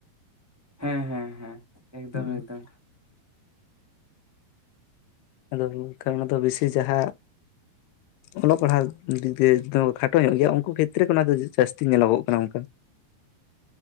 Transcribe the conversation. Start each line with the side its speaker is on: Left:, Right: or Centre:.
Right: ᱦᱮᱸ ᱦᱮᱸ ᱦᱮᱸ ᱮᱠᱫᱚᱢ
Left: ᱦᱩᱸ
Right: ᱮᱠᱫᱚᱢ,
Left: ᱟᱫᱚ ᱠᱷᱟᱱ ᱚᱱᱟ ᱫᱚ ᱵᱮᱥᱤ ᱡᱟᱦᱟᱸ
Right: <unintelligible>
Left: ᱚᱞᱚᱜ ᱯᱟᱲᱦᱟᱜ ᱫᱤᱠᱮ ᱛᱚ ᱠᱷᱟᱴᱚ ᱧᱚᱜ ᱜᱮᱭᱟ ᱩᱱᱠᱩ ᱠᱷᱮᱛᱨᱮ ᱚᱱᱟ ᱫᱚ ᱡᱟᱹᱥᱛᱤ ᱧᱮᱞᱚᱜᱚᱜ ᱠᱟᱱᱟ᱾ ᱚᱱᱠᱟ
Right: <unintelligible>